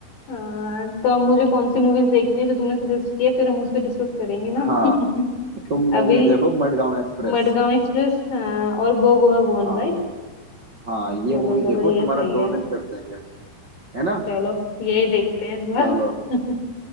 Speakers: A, on the left; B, on the right.
A: हाँ, तो अब मुझे कौन सी मूवीज देखनी है जो तुमने सजेस्ट किया फिर हम उस पर डिस्कस करेंगे ना
B: हाँ
A: <laughs>
B: तुम मूवी
A: अभी
B: देखो मडगांव एक्सप्रेस
A: मडगांव एक्सप्रेस हाँ और गो गोवा गॉन
B: हाँ
A: राइट
B: हाँ ये
A: चलो
B: मूवी
A: चलो
B: देखो
A: ये
B: तुम्हारा
A: सही है
B: दो दिन कट जाएंगे है ना
A: चलो यही देखते हैं इस बार
B: चलो
A: <laughs>